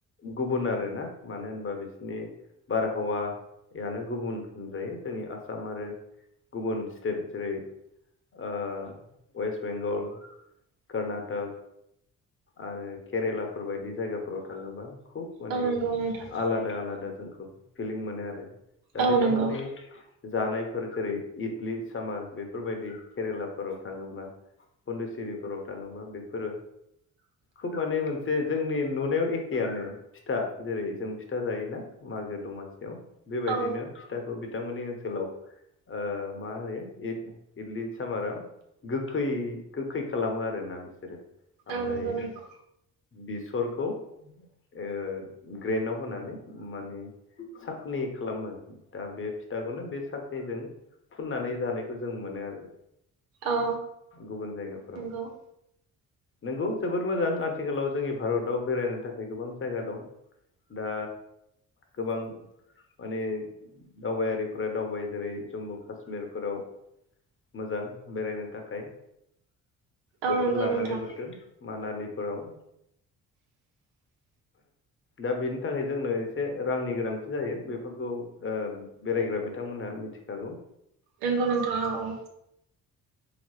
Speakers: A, on the left; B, on the right.
A: गुबुन आरोना मानो होनबा बिसोरनि बारहावायानो गुबुन होनजायो जोंनि आसाम आरो गुबुन स्टेट जेरै ओ ववेस्ट बेंगल, कर्नाटक, आरो केरेलाफोर बायदि जायगाफोराव थाङोबा खुब माने
B: औ नंगौ नोंथां
A: आलादा आलादा जोंखौ फिलिं मोनो आरो दा
B: औ
A: बे बिथांमोननि
B: नंगौ
A: जानायफोर जेरै इदलि सामार बेफोरबायदि केरेलाफोराव थाङोब्ला पन्धचिरिफोराव थाङोबा बेफोरो खुब माने मोन से जोंनि नुनायाव एखेयानो फिथा जेरै जों फिथा जायोना मागो दमासि याव बेबायदिनो
B: औ
A: फिथाखौ बिथांमोननि ओनसोलाव ओ मा होयो इदलि सामाराव गोखै गोखै खालामो आरोना बिसोरो ओमफ्राय
B: औ नंगौ नोंथां
A: बेसरखौ ओ ग्रेनाव होनानै माने साखनि खालामो दा बे फिथाखौनो बे साखैजों फुननानै जानायखौ जों मोनो आरो
B: औ
A: गुबुन जायगाफोराव
B: नंगौ
A: नंगौ जोबोद मोजां आथिखालाव जोंनि भारताव बेरायनो थाखाय गोबां जायगा दं दा गोबां माने दावबायारिफोरा दावबाय जेरै जम्मु काश्मिरफोराव मोजां बेरायनो थाखाय
B: औ
A: बोथोर
B: नंगौ
A: लानानै
B: नोंथां
A: मानालिफोराव
B: <inaudible>
A: दा बेनि थाखाय जोंनो एसे रांनि गोनांथि जायो बेफोरखौ ओ बेरा ग्रा बिथांमोनहा मिथिखागौ
B: नंगौ नोंथां औ औ